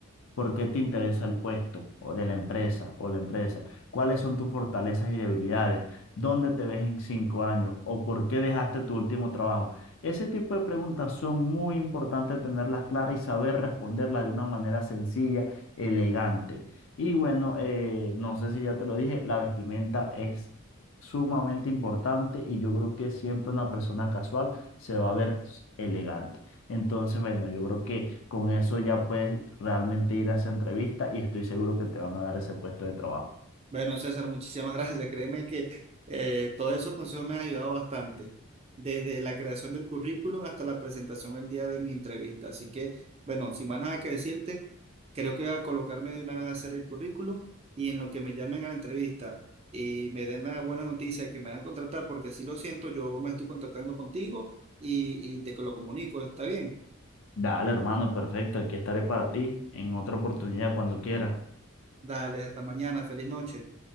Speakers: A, on the left; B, on the right.
A: ¿Por qué te interesa el puesto o de la empresa o la empresa? ¿Cuáles son tus fortalezas y debilidades? ¿Dónde te ves en cinco años? ¿O por qué dejaste tu último trabajo? Ese tipo de preguntas son muy importantes tenerlas claras y saber responderlas de una manera sencilla, elegante. Y bueno, eh, no sé si ya te lo dije, la vestimenta es sumamente importante y yo creo que siempre una persona casual se va a ver elegante. Entonces, bueno, yo creo que con eso ya puedes realmente ir a esa entrevista y estoy seguro que te van a dar ese puesto de trabajo.
B: Bueno, César, muchísimas <laughs> gracias. Créeme que eh, todos esos consejos me han ayudado bastante, desde la creación del currículum hasta la presentación el día de mi entrevista. Así que, bueno, sin más nada que decirte, creo que voy a colocarme de una vez a hacer el currículum y en lo que me llamen a la entrevista y me den la buena noticia de que me van a contratar, porque así lo siento, yo me estoy contratando contigo y, y te lo comunico. ¿Está bien?
A: Dale, hermano, perfecto. Aquí estaré para ti en otra oportunidad cuando quieras.
B: Dale, hasta mañana, feliz noche.